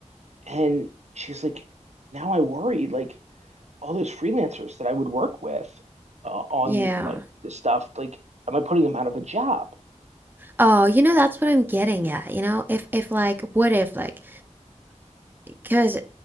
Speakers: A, on the right; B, on the right.
A: And she's like, now I worry like all those freelancers that I would work with uh, on
B: Yeah.
A: like this stuff, like, am I putting them out of a job?
B: Oh, you know, that's what I'm getting at. You know, if if like, what if like, because